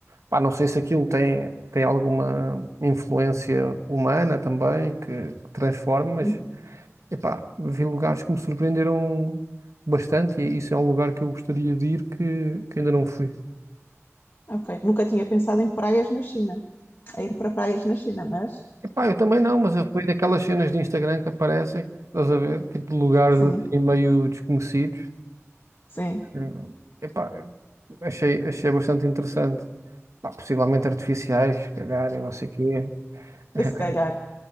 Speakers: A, on the right; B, on the left.
A: Pá, não sei se aquilo tem, tem alguma influência humana também que, que transforma, mas
B: Uhum.
A: epá, vi lugares que me surpreenderam bastante e isso é um lugar que eu gostaria de ir que, que ainda não fui.
B: Ok. Nunca tinha pensado em praias na China, a ir para praias na China, mas
A: Epá, eu também não, mas eu fui daquelas cenas de Instagram que aparecem, estás a ver? Tipo, de lugares
B: sim,
A: assim meio desconhecidos.
B: sim,
A: Eh, Epá, Achei, achei bastante interessante. Pá, possivelmente artificiais, se calhar, e não sei o quê. <laughs>
B: se calhar,